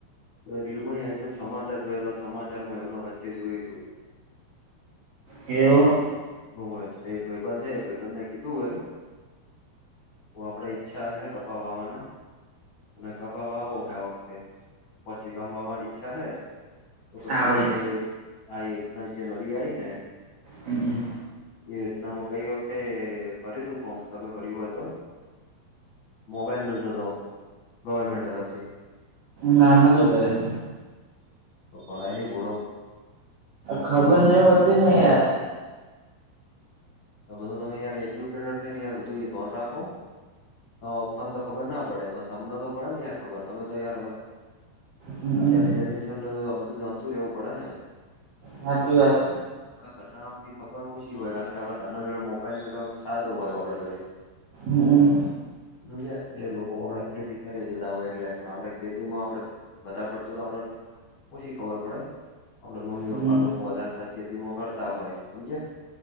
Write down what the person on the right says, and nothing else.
એવું.
આવરી
હમ.
ના નતો ભર્યું.
ખબર નહી હોતી ને યાર.
હમ
સાચી
વાત
હમ.
હમ